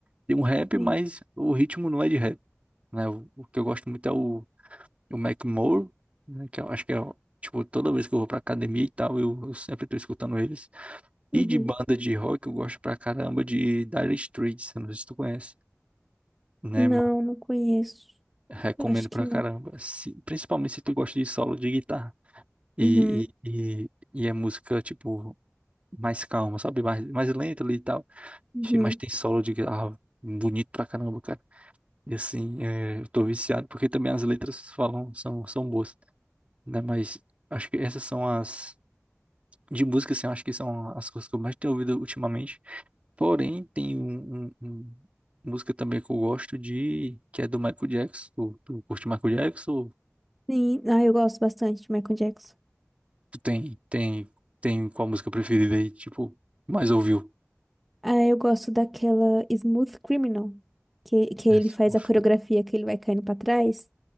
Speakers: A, on the right (about 25°); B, in the centre.
A: Tem um rap,
B: Sim.
A: mas o ritmo não é de rap, né? O, o que eu gosto muito é o, o Mac Moore, né, que eu acho que é, o- tipo, toda vez que eu vou pra academia e tal, eu, eu sempre tô escutando eles. E
B: Uhum.
A: de banda de rock, eu gosto pra caramba de Dire Straits, eu não sei se tu conhece. Né,
B: Não,
A: mas
B: não conheço.
A: recomendo
B: Acho
A: pra
B: que não.
A: caramba, se- principalmente se tu gosta de solo de guitarra. E,
B: Uhum,
A: e, e, e é música, tipo, mais calma, sabe? Mais, mais lenta ali e tal.
B: uhum.
A: Enfim, mas tem solo de guitarra bonito pra caramba, cara. E assim, é, eu tô viciado, porque também as letras falam, são, são boas, né? Mas acho que essas são as. De música, assim, eu acho que são as coisas que eu mais tenho ouvido ultimamente. Porém, tem um, um- um- música também que eu gosto de, que é do Michael Jackson. Tu, tu curte Michael Jackson? Ou
B: Sim, ah, eu gosto bastante de Michael Jackson.
A: tu tem, tem, tem qual música preferida aí, tipo, mais ouviu?
B: Ah, eu gosto daquela Smooth Criminal, que, que
A: Mas,
B: ele faz
A: uf,
B: a coreografia que ele vai caindo pra trás.